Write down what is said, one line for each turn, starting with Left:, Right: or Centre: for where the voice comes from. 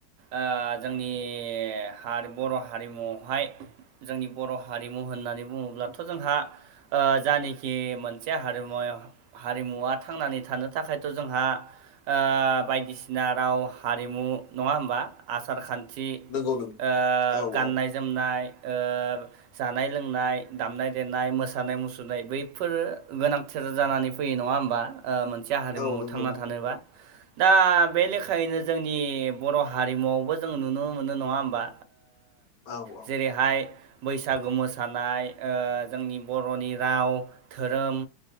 Right: ओ जोंनि हार बर' हारिमुवावहाय जोंनि बर' हारिमु होननानै बुङोब्लाथ' जोंहा ओ जानोखि मोनसे हारिमुवायाव हारिमुवा थांनानै थानो थाखायथ' जोंहा ओ बायदिसिना राव हारिमु नङा होमबा आसार खान खथि ओ
Left: नंगौ नों औ
Right: गाननाय
Left: औ
Right: जोमनाय ओ जानाय लोंनाय दामनाय देनाय मोसानाय मुसुरनाय बैफोरो गोनांथार जानानै फैयो नङा होमबा मोनसे हारिमुाव
Left: औ नंगौ
Right: थांना
Left: नंगौ
Right: थानोबा दा बे लेखायैनो जोंनि बर' हारिमुआवबो जों नुनो मोनो नङा होमबा।
Left: औ औ
Right: जेरैहाय बैसागु मोसानाय जोंनि बर'नि राव धोरोम